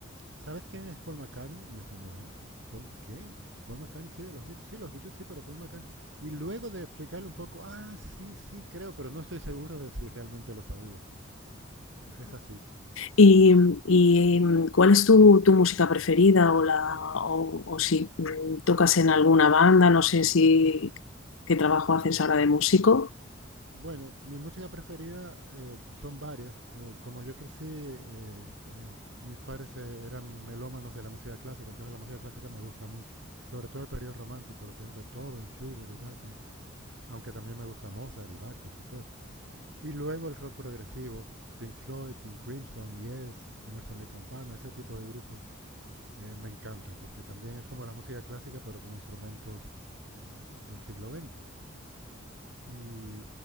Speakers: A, on the right; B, on the left.
A: ¿Sabes quién es Paul McCartney? Me dijo, no. Paul- ¿Quién? Paul McCartney, sí, de los Beatles. Sí, los Beatles, sí, pero Paul McCartney. Y luego de explicarle un poco, ah, sí, sí, creo, pero no estoy seguro de si realmente lo sabía. Es así.
B: ¿Y, y, mm, cuál es tu, tu música preferida o, la, o, o si mm, tocas en alguna banda? No sé si qué trabajo haces ahora de músico.
A: Bueno, mi música preferida eh, son varias. Eh, como yo crecí, eh, eh, mis padres eh, eran melómanos de la música clásica, entonces la música clásica me gusta mucho. Sobre todo el periodo romántico, lo que es Beethoven, Schubert y Wagner. Aunque también me gusta Mozart y Bach, por supuesto. Y luego el rock progresivo, Pink Floyd, King Crimson, Yes, Emerson Lake and Palmer, ese tipo de grupos, eh, me encanta, porque también es como la música clásica, pero con instrumentos eh, del siglo XX. Y